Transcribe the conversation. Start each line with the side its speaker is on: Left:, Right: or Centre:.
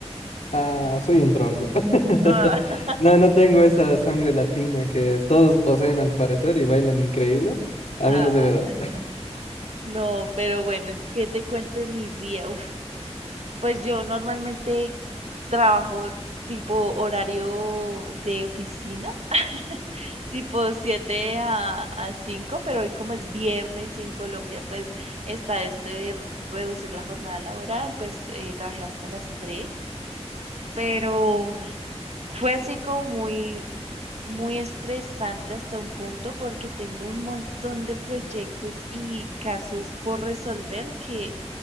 Left: Ah, soy un tronco. <laughs>
Right: Ah, <laughs>
Left: No, no tengo esa sangre latina que todos poseen al parecer y bailan increíble. A
Right: ah,
Left: mí no se me da. <laughs>
Right: no, pero bueno, ¿qué te cuento de mi día? Uf, pues yo normalmente trabajo tipo horario de oficina, <laughs> tipo 7 a, a 5. pero hoy como es viernes y en Colombia pues está esto de re- reducir la jornada laboral, pues eh, trabajé hasta las 3. pero mm, fue así como muy, muy estresante hasta un punto porque tengo un montón de proyectos y casos por resolver que